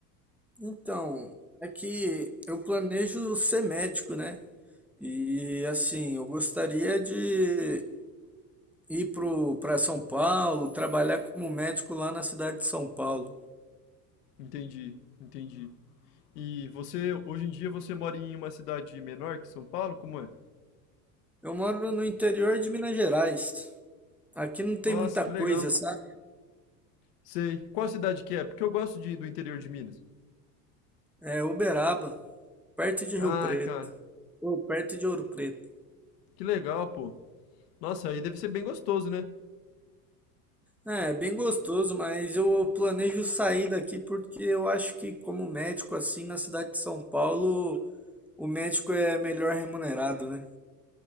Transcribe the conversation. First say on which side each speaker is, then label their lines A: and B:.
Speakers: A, in the centre; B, on the left.
A: Então, é que eu planejo ser médico, né? E assim, eu gostaria de ir pro, para São Paulo, trabalhar como médico lá na cidade de São Paulo.
B: Entendi, entendi. E você, hoje em dia, você mora em uma cidade menor que São Paulo? Como é?
A: Eu moro no interior de Minas Gerais. Aqui não tem
B: Nossa,
A: muita
B: que
A: coisa,
B: legal.
A: sabe?
B: Sei. Qual cidade que é? Porque eu gosto de, do interior de Minas.
A: É Uberaba, perto de Rio
B: Ah,
A: Preto,
B: cara,
A: ou perto de Ouro Preto.
B: que legal, pô. Nossa, aí deve ser bem gostoso, né?
A: É, é bem gostoso, mas eu planejo sair daqui porque eu acho que como médico assim na cidade de São Paulo, o médico é melhor remunerado, né?